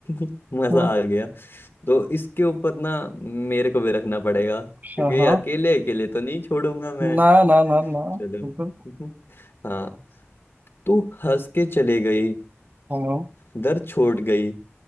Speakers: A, on the left; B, on the right.
A: <laughs> मजा
B: वाह,
A: आ गया तो इसके ऊपर ना मेरे को भी रखना पड़ेगा क्योंकि
B: हाँ हाँ
A: अकेले अकेले तो नहीं छोड़ूंगा मैं
B: ना ना ना ना
A: चलो
B: बिल्कुल
A: <laughs> हाँ तू हंस के चले गई
B: हाँ हाँ।
A: दर छोड़ गई